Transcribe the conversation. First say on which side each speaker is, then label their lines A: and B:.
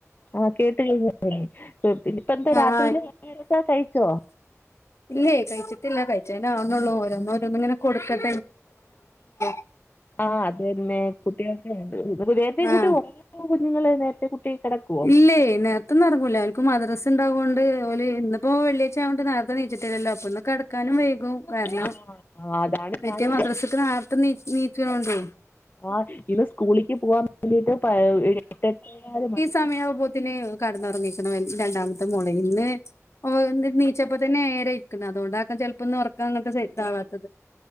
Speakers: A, on the left; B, on the left.
A: ആഹ് കേട്ട് കഴിഞ്ഞു <unintelligible> ഇപ്പ എന്താ
B: ആഹ്
A: രാത്രിയില് <unintelligible> കഴിച്ചോ
B: ഇല്ലേ കഴിച്ചിട്ടില്ല കഴിചാനാവനുള്ളൂ ഒരോന്നോരോന്നിങ്ങന കൊടുക്ക <unintelligible>
A: ആ അത് തന്നെ കുട്ടികൾക്ക് <unintelligible> നേരത്തെ കുട്ടി
B: ആഹ്
A: <unintelligible> കുഞ്ഞുങ്ങള് നേരത്തെ കുട്ടി കിടക്കു
B: ഇല്ലേ നേർ ത് ന്നെറങ്ങൂല അവർക്ക് മദ്രസ് ഉണ്ടാവുകോണ്ട് ഓല് ഇന്ന്പ്പോ വെള്ളിയാച്ച ആകോണ്ട് നേരത്തെ തിരിച്ചെത്തില് ലോ അപ്ന്ന് കെടത് ക്കാനും വൈകും കാരണം
A: ആ അതാണ്
B: മറ്റേ
A: ഞാനും
B: മദ്രസത്തിന് ആർത്ത് നീ നീക്കണോണ്ടേ
A: ആ ഇന്ന് സ്കൂളിക്ക് പോകൻ വേണ്ടിട്ട് പ അ ഇ ഈ എട്ടെട്ടേകാല് മണി
B: സമയയാവുമ്പോത്തിന് കെടന്നുറങ്ങിക്കണവൻ രണ്ടാമത്തെ മോളെ ഇന്ന് ഓ നീച്ച ഇപ്പ തന്നെ ഏരെ ഇരിക്കുന്നു അതൊണ്ടാക്കൻ ചിലപ്പൊന്ന് ഉറക്കാ അങ്ങനത്തെ സ <unintelligible>